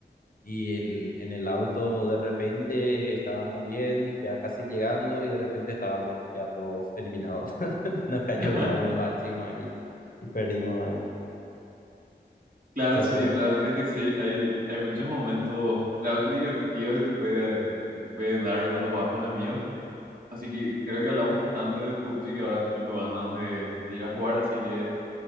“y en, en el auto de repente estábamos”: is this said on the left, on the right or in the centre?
Left